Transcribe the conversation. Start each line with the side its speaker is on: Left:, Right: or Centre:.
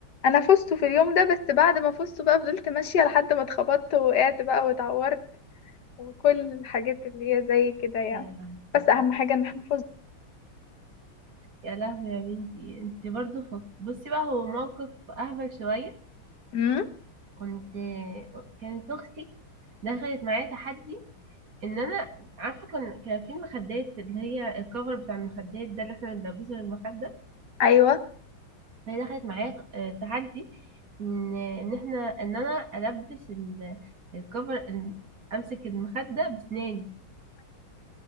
Left: انا فزت في اليوم ده بس بعد ما فزت بقى فضلت ماشيه لحد ما اتخبطت ووقعت بقى واتعورت وكل الحاجات اللي هي زي كده يعني
Right: يا لهوي
Left: بس اهم حاجه ان احنا
Right: يا لهوي يا بنتي انت برضو فك... بصي بقى هو موقف اهبل شوية
Left: فزنا
Right: كنت كانت اختي دخلت معايا تحدي ان انا عارفه كان كان في المخدات اللي هي الكفر بتاع المخدات ده اللي احنا بنلبسه للمخده
Left: ايوه
Right: فهي دخلت معايا آه، تحدي ان ان احنا ان انا البس ال- الكفر ال- امسك المخده بسناني